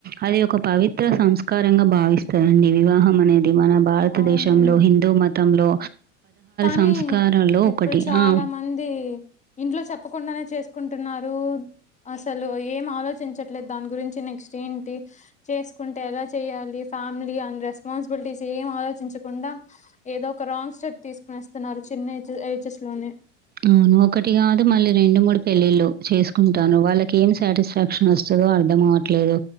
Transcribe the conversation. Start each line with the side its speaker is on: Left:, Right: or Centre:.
Right: అది ఒక పవిత్ర సంస్కారంగా భావిస్తారండి వివాహం అనేది. ఇది మన భారతదేశంలో
Left: అవునండి
Right: హిందూ మతంలో
Left: కానీ
Right: సంస్కారాల్లో
Left: ఇప్పుడు
Right: ఒకటి.
Left: చాలా
Right: ఆ!
Left: మంది ఇంట్లో చెప్పకుండానే చేసుకుంటున్నారు అసలు ఏం ఆలోచించట్లేదు దాని గురించి నెక్స్ట్ ఏంటి చేసుకుంటే ఎలా చేయాలి ఫ్యామిలీ అ రెస్పాన్సిబిలిటీస్ ఏం ఆలోచించకుండా ఏదో ఒక రాంగ్ స్టెప్ తీస్ స్తున్నారు చిన్న ఏ ఏజెస్ లోనే
Right: అవును ఒకటి కాదు మళ్ళీ రెండు మూడు పెళ్ళిళ్ళు చేసుకుంటాలు వాళ్ళకి ఏం సాటిస్ఫాక్షన్ వస్తది. అర్థం అవట్లేదు.